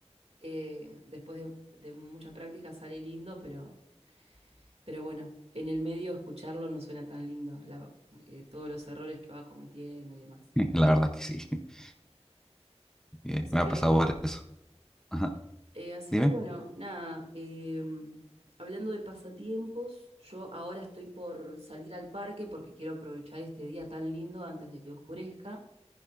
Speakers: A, on the right; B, in the centre.
A: eh, después de, de mucha práctica sale lindo, pero, pero bueno, en el medio escucharlo no suena tan lindo, la- eh, todos los errores que va cometiendo y demás.
B: La verdad es que sí, <laughs> Eh,
A: Así
B: me
A: que
B: ha pasado por eso. Ajá.
A: Eh, así
B: Dime,
A: que bueno, nada, eh, hablando de pasatiempos, yo ahora estoy por salir al parque porque quiero aprovechar este día tan lindo antes de que oscurezca.